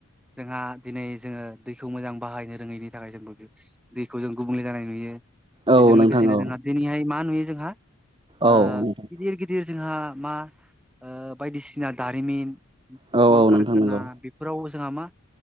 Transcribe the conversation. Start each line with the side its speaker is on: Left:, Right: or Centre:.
Centre: जोंहा दिनै जोङो दैखौ मोजां बाहायनो रोङैनि थाखाय जोंबो दैखौ जों गुबुंले जानाय नुयो
Right: औ
Centre: बेजों लोगोसेनो
Right: नोंथां औ
Centre: जोंहा दिनैहाय मा नुयो जोंहा
Right: औ
Centre: ओ
Right: नोंथां
Centre: गिदिर गि दिर जोंहा मा ओ बायदिसिना दारिमिन
Right: औ
Centre: कलकारखाना
Right: नोंथां नंगौ
Centre: फोराव जोंहा मा